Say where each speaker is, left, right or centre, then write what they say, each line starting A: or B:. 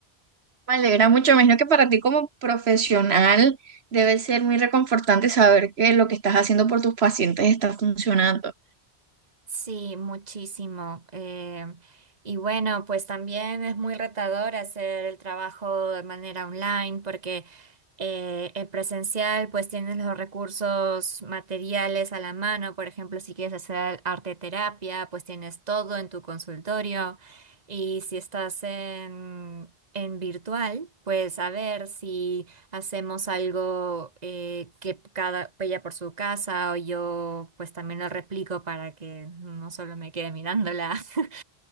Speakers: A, on the right; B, on the right.
A: Me alegra mucho, me imagino que para ti como profesional debe ser muy reconfortante saber que lo que estás haciendo por tus pacientes está funcionando.
B: Sí, muchísimo. Eh, y bueno, pues también es muy retador hacer el trabajo de manera online porque eh, en presencial pues tienes los recursos materiales a la mano. Por ejemplo, si quieres hacer arte terapia, pues tienes todo en tu consultorio. Y si estás en, en virtual, pues a ver si... Hacemos algo eh, que cada ella por su casa o yo pues también lo replico para que no solo me quede mirándola. <laughs>